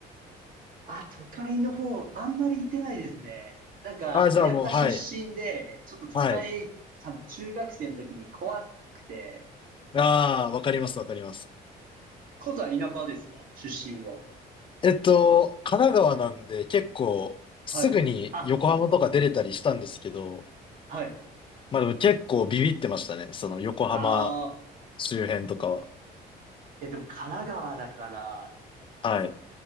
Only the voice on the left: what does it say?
ああ、じゃあもう、
はい。
はい。
ああ、わかります、わかります。
えっと、神奈川なんで結構すぐに横浜とか出れたりしたんですけど、
まあでも結構ビビってましたね。その横浜
周辺とかは。
はい。